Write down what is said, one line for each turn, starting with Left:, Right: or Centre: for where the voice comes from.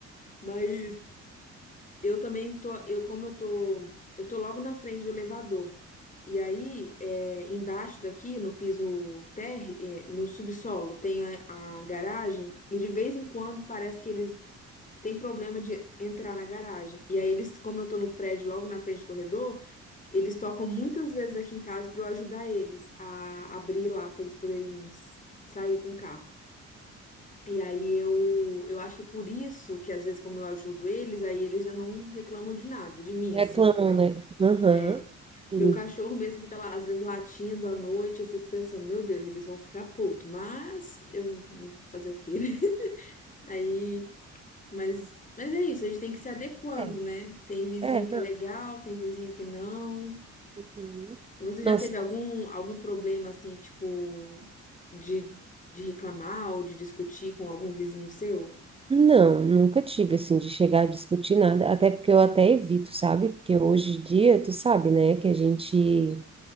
Left: Mas eu também tô, eu como eu tô, eu tô logo na frente do elevador. E aí, é, embaixo daqui, no piso térreo, é, no subsolo, tem a, a garagem, e de vez em quando parece que eles têm problema de entrar na garagem. E aí, eles, como eu tô no prédio logo na frente do corredor, eles tocam muitas vezes aqui em casa para eu ajudar eles a abrir lá, para eles poderem s- sair com o carro. E aí eu, eu acho que por isso que às vezes como eu ajudo eles, aí eles já não reclamam de nada, de mim,
Right: Reclamam,
Left: assim, entendeu?
Right: né? Aham.
Left: É.
Right: Sim.
Left: Meu cachorro mesmo fica lá, às vezes, latindo à noite. Eu fico pensando, meu Deus, eles vão ficar puto. Mas eu fazer o quê, né? <laughs> Aí, mas, mas é isso, a gente tem que se adequando,
Right: É,
Left: né? Tem vizinho
Right: é,
Left: que
Right: não.
Left: é legal, tem vizinho que não.
Right: Uhum.
Left: Você
Right: Nossa,
Left: já teve algum, algum problema assim, tipo, de, de reclamar ou de discutir com algum vizinho seu?
Right: não, nunca tive assim de chegar a discutir nada, até porque eu até evito, sabe? Porque hoje em dia, tu sabe, né, que a gente